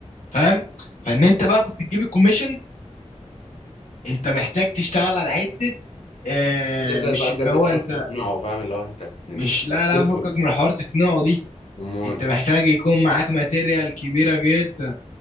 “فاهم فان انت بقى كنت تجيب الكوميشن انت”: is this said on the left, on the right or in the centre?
Left